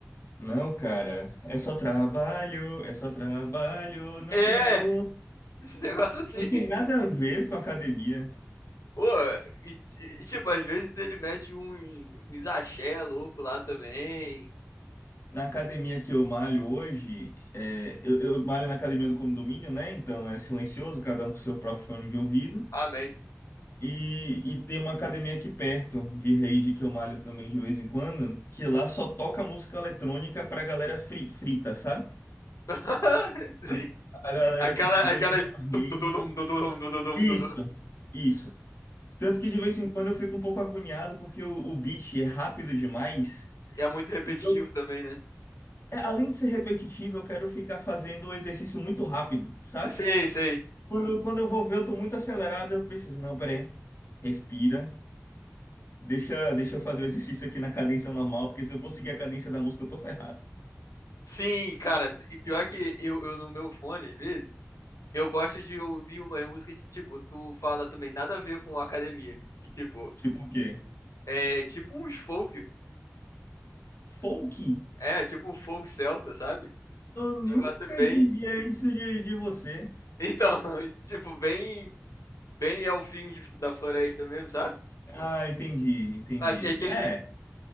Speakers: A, on the left; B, on the left.
A: não, cara, é só trabalho, é só trabalho, não
B: É, <laughs>
A: tem voo.
B: esse negócio assim.
A: Não tem nada a ver com academia.
B: Pô, e, e, tipo, às vezes ele mete um, um axé louco lá também.
A: Na academia que eu malho hoje, é, eu, eu malho na academia do condomínio, né? Então é silencioso, cada um com seu próprio fone de ouvido.
B: Amém.
A: E, e tem uma academia aqui perto de rede que eu malho também de vez em quando, que lá só toca música eletrônica pra galera fri- frita, sabe?
B: <laughs>
A: A, a galera
B: Aquela,
A: que chegou
B: aquela.
A: de uma rave.
B: tum, tum, tum, tum, tum, tum, tum, tum,
A: Isso,
B: tum, tum,
A: isso. Tanto que de vez em quando eu fico um pouco agoniado porque o, o beat é rápido demais.
B: É muito repetitivo
A: E eu,
B: também, né?
A: é, além de ser repetitivo, eu quero ficar fazendo o exercício muito rápido, sabe?
B: Sei, sei.
A: Quando, quando eu vou ver, eu tô muito acelerado, eu preciso. Não, peraí. Respira. Deixa, deixa eu fazer o exercício aqui na cadência normal, porque se eu for seguir a cadência da música, eu tô ferrado.
B: Sim, cara. E pior que eu, eu no meu fone, às vezes, eu gosto de ouvir umas músicas que, tipo, tu fala também nada a ver com a academia. E, tipo,
A: Tipo o quê?
B: é tipo uns folk.
A: Folk?
B: É, tipo um folk celta, sabe?
A: Eu nunca
B: Um Negócio bem.
A: diria isso de, de você.
B: Então, <laughs> tipo, bem. Bem é fim de- da floresta mesmo, sabe?
A: Ah, entendi, entendi.
B: Aque- Aquele
A: É,
B: de.